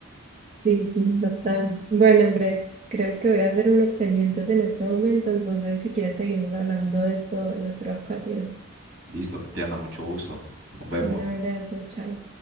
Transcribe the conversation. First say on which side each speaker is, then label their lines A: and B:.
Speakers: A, on the right; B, on the right.
A: Sí, sí, total. Bueno, Andrés, creo que voy a hacer unos pendientes en este momento, entonces si quieres seguimos hablando de eso en otra ocasión.
B: Listo, Tatiana, mucho gusto. Nos vemos.
A: Un abrazo, chao.